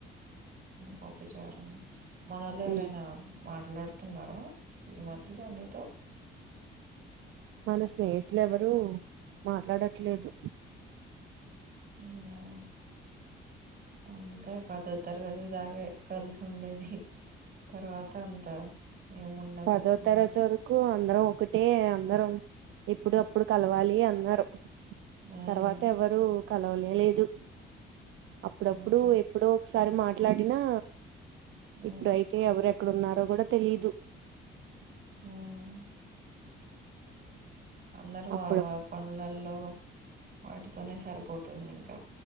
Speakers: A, on the right (about 50°); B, on the right (about 75°).
A: పప్పుచ్చ మనళవరనా
B: ఉమ్,
A: మాట మాట్లాడుతున్నారా ఈ మధ్యలో నీతో
B: మన స్నేహితులు ఎవరు మాట్లాడట్లేదు
A: హ అంతే పదో తరగతి దాగే కలిసి ఉండేది తర్వాత అంత ఏముండదు
B: పదో
A: ఉన్నాయి
B: తరగతి వరకు అందరం ఒకటే అందరం ఇప్పుడు అప్పుడు కలవాలి అన్నారు
A: ఉమ్
B: తర్వాత ఎవరు కలవాల లేదు అప్పుడప్పుడు
A: అంతే
B: ఎప్పుడో ఒకసారి మాట్లాడినా
A: ఉమ్
B: ఇప్పుడుయితే ఎవరుెక్కడన్నారో కూడా తెలీదు
A: ఉమ్ అందరు వాళ్ళవాళ్ళ
B: అప్పుడు
A: పనులలో వాటితోనే సరిపోతుంది ఇంకా